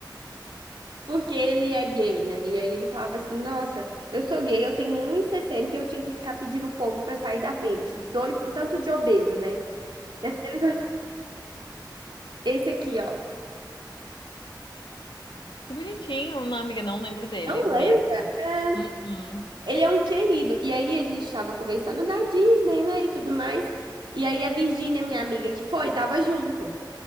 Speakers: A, on the right; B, on the left.
A: Porque ele é gay, né? E aí ele falava assim: Nossa, eu sou gay, eu tenho 1,60 e sessenta e eu tinha que ficar pedindo o povo pra sair da frente. Dois, um tanto de obeso, né? Daqueles- <laughs> Esse aqui, ó.
B: Que bonitinho. Não, amiga, não lembro dele
A: Não
B: mesmo.
A: lembra? É.
B: Uhum.
A: Ele é um querido. E aí a gente tava conversando da Disney, né, e tudo mais. E aí a Virgínia, minha amiga que foi, tava junto.